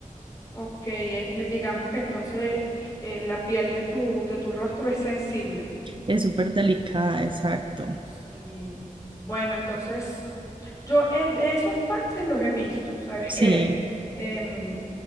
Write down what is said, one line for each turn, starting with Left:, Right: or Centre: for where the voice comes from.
Left: Ok, eh, me- digamos que entonces eh, la piel de tu, de tu rostro es sensible.
Right: Es súper delicada, exacto.
Left: Sí. Bueno, entonces yo eh, de esos parches los he visto. Sabes
Right: Sí.
Left: que em,